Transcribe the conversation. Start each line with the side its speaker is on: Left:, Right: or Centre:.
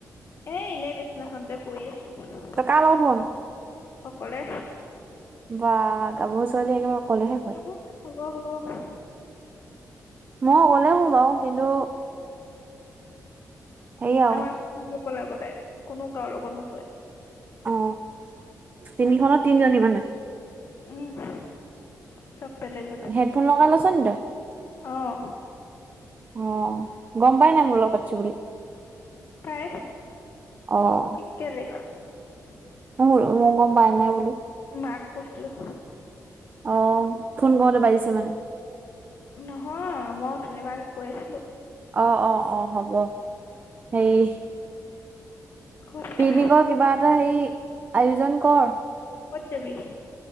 Left: এ, এনেই বিচনা খনতে পৰি আছোঁ।
Right: তই কাৰ লগত শুৱ নো
Left: অকলে
Right: বা গাভৰু ছোৱালী একেবাৰে অকলেহে শুৱে।
Left: উ, হ'ব হ'ব।
Right: মই অকলে শু বাৰু কিন্তু হেৰি আও
Left: আমাৰ <unintelligible> অকলে অকলে। কোনো কাৰোঁ লগত নুশু
Right: অ'। তিনিখনত তিনজনী মানে?
Left: উম, চব বেলেগ বেলেগ,
Right: হেডফোন
Left: নিজৰ
Right: লগাই
Left: নিজৰ।
Right: লৈছ নি তই
Left: অ'।
Right: অ', গম পাই নাই মোৰ লগত পাতছোঁ বুলি?
Left: পায়।
Right: অ'।
Left: কেলে?
Right: <unintelligible> মই গম পাই নাই বোলো।
Left: মাক কৈছিলোঁ।
Right: অ', ফোন কৰোঁতে বাজিছে মানে।
Left: নহয় মই উঠনি পা <unintelligible> কৈ আছিলোঁ।
Right: অ', অ', অ', হ'ব। হেৰি
Left: ক তাপা
Right: পিকনিকৰ কিবা এটা হেৰি আয়োজন কৰ।
Left: ক'ত যাবি?